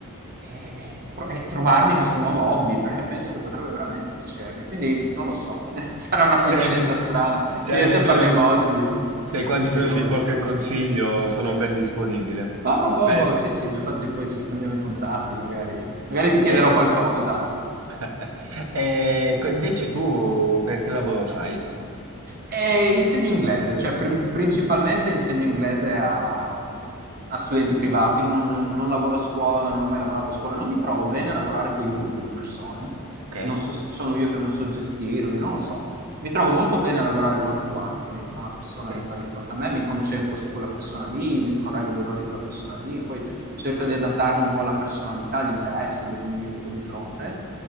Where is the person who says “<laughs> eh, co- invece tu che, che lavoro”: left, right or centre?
Right